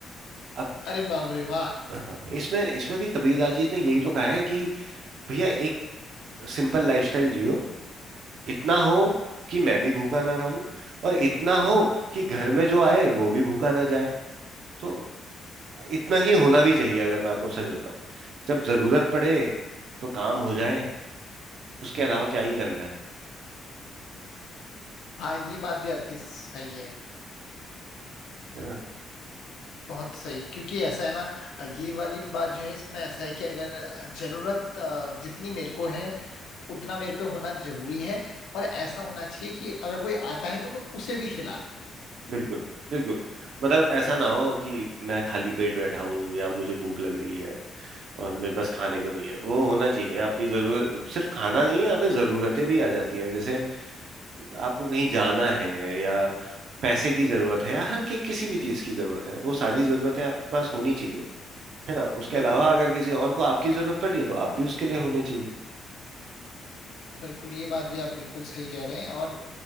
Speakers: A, on the right; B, on the left.
A: अब
B: अरे बाप रे वाह
A: हाँ इसमें इसमें भी कबीरदास जी ने यही तो कहा है कि भैया एक सिंपल लाइफस्टाइल जियो इतना हो कि मैं भी भूखा ना रहूं और इतना हो कि घर में जो आए वो भी भूखा ना जाए तो इतना ही होना भी चाहिए अगर मैं आपको सच बताऊं जब जरूरत पड़े तो काम हो जाए उसके अलावा क्या ही करना है
B: हाँ ये बात भी आपकी सही है
A: है ना
B: बहुत सही क्योंकि ऐसा है ना ये वाली बात जो है इसमें ऐसा है कि अगर जरूरत अ, जितनी मेरे को है उतना मेरे पे होना जरूरी है और ऐसा होना चाहिए कि अगर कोई आता है तो मैं उसे भी खिला दूं
A: बिल्कुल बिल्कुल मतलब ऐसा ना हो कि मैं खाली पेट बैठा हूं या मुझे भूख लग रही है और मेरे पास खाने को नहीं है वो होना चाहिए अपनी जरूरत सिर्फ खाना नहीं है यहाँ पे जरूरतें भी आ जाती हैं जैसे आपको कहीं जाना है या पैसे की जरूरत है या हर के किसी भी चीज की जरूरत है वो सारी जरूरतें आपके पास होनी चाहिए है ना उसके अलावा
B: बिल्कुल बिल्कुल
A: अगर किसी और को आपकी जरूरत पड़ रही है तो आप भी उसके लिए होने चाहिए
B: बिल्कुल ये बात भी आप बिल्कुल सही कह रहे हैं और